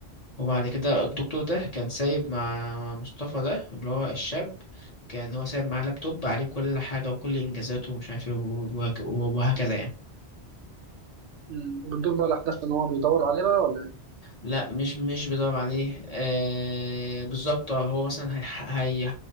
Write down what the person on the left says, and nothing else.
وبعد كده الدكتور ده كان سايب مع مصطفى ده اللي هو الشاب كان هو سايب معاه لابتوب عليه كل حاجة وكل إنجازاته ومش عارف إيه و- و- وهكذا يعني
لا مش مش بيدور عليه آه بالظبط آه، هو مثلا هي هي